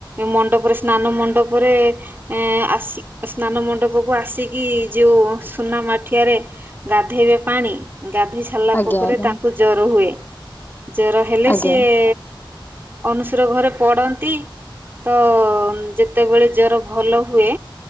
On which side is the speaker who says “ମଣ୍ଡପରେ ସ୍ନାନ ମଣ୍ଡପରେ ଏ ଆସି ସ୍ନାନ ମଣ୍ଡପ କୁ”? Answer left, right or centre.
Right